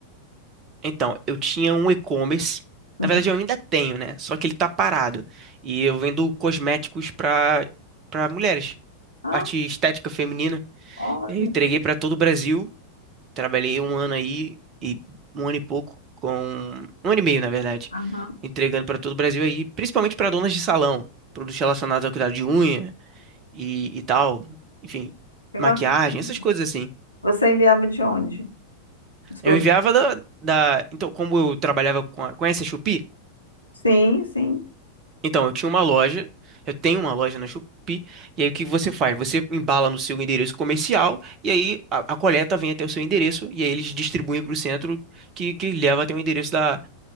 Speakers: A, on the right; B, on the left.
A: Então, eu tinha um e-commerce,
B: Uhum.
A: na verdade eu ainda tenho, né? Só que ele tá parado. E eu vendo cosméticos pra para mulheres.
B: Ah,
A: parte estética feminina.
B: olha.
A: Eu entreguei para todo o Brasil. Trabalhei um ano aí e um ano e pouco com um ano e meio, na verdade,
B: Aham.
A: entregando para todo o Brasil aí, principalmente para donas de salão, produtos relacionados ao cuidado de unha e, e tal, enfim,
B: Que
A: maquiagem,
B: bacana.
A: essas coisas assim.
B: Você enviava de onde? Os produtos?
A: Eu enviava da, da- então como eu trabalhava com a, conhece a Shopee?
B: Sim, sim.
A: Então, eu tinha uma loja, eu tenho uma loja na Shopee, e aí o que você faz? Você embala no seu endereço comercial, e aí a, a coleta vem até o seu endereço, e aí eles distribuem para o centro que, que leva até o endereço da,